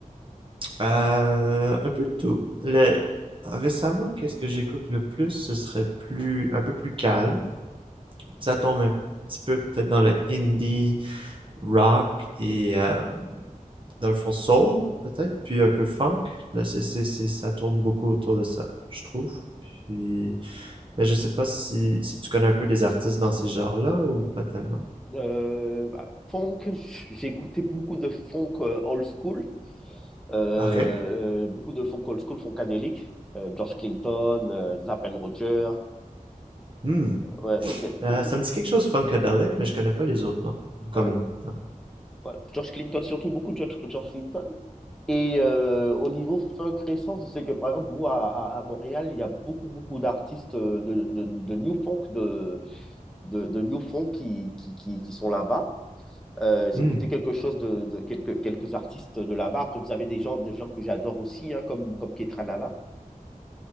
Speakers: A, on the right (about 35°); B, in the centre.
A: Euh, un peu de tout. Le... Récemment, qu'est-ce que j'écoute le plus? Ce serait plus un peu plus calme. Ça tombe un petit peu peut-être dans le indie rock et euh, dans le fond soul peut-être, puis un peu funk. Euh, C'est, c'est, c'est- ça tourne beaucoup autour de ça, je trouve. Puis, ben je sais pas si, si tu connais un peu des artistes dans ces genres-là ou pas tellement.
B: Euh, bah, funk, j'écoutais beaucoup de funk euh, old school. Euh,
A: Ok.
B: euh, beaucoup de funk old school, funkadélique. Euh, George Clinton, euh, Zapp and Roger.
A: Hmm.
B: Ouais, y a
A: Euh,
B: beaucoup.
A: ça me dit quelque chose funkadelic, mais je connais pas les autres noms. Comme.
B: hein,
A: ouais.
B: ouais. George Clinton, surtout beaucoup de George, George Clinton. Et euh, au niveau funk récent, je sais que par exemple, vous, à, à, à Montréal, il y a beaucoup, beaucoup d'artistes euh, de, de, de New Funk, de, de, de New Funk qui, qui, qui, qui sont là-bas. Euh, j'écoutais
A: Hmm.
B: quelque chose de, de quelques, quelques artistes de là-bas. Après, vous avez des gens, des gens que j'adore aussi, hein, comme, comme Ketranada.